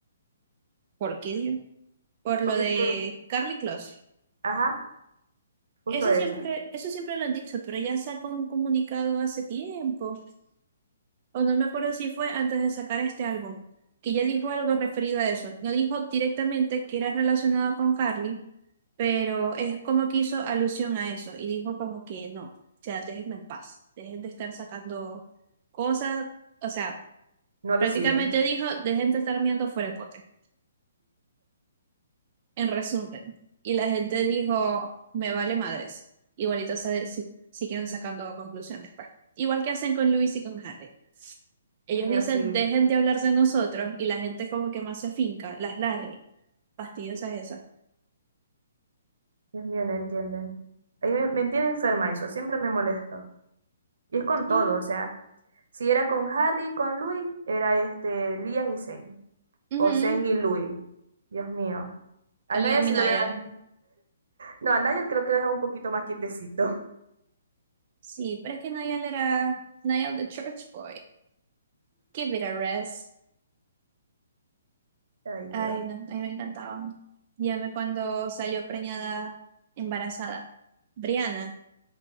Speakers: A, on the right (about 35°); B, on the right (about 75°).
A: ¿Por qué, Dios? Por lo
B: Porque
A: de
B: que,
A: Carly Close.
B: ajá, justo
A: Eso
B: eso.
A: siempre, eso siempre lo han dicho, pero ya sacó un comunicado hace tiempo, o no me acuerdo si fue antes de sacar este álbum, que ya dijo algo referido a eso. No dijo directamente que era relacionado con Carly, pero es como que hizo alusión a eso y dijo como que no, o sea, déjenme en paz, dejen de estar sacando cosas, o sea,
B: No alucinen.
A: prácticamente dijo, dejen de estar mirando fuera de pote. en resumen. Y la gente dijo, me vale madres. Igualito se- si, siguieron sacando conclusiones. pues. Igual que hacen con Luis y con Harry. Ellos
B: Dios mío,
A: dicen,
B: sí.
A: dejen de hablar de nosotros y la gente como que más se finca, las Larry, fastidiosas esas.
B: Dios mío, no entienden. A mí me, me tiene enferma eso, siempre me molesto. Y es con todo,
A: Mm,
B: o sea, si era con Harry, con Louis, era este, Liam y Zane.
A: Ujú.
B: O Zane y Louis. Dios mío. A
A: Liam
B: Nigel sí
A: y Niall.
B: lo dejan. No, a Nigel creo que lo dejan un poquito más quietecito.
A: Sí, pero es que Niall era Niall the Church Boy. Give it a rest.
B: <laughs> Ay, Dios,
A: Ay, no, a mí me encantaba. Llamé cuando salió preñada, embarazada. Brianna.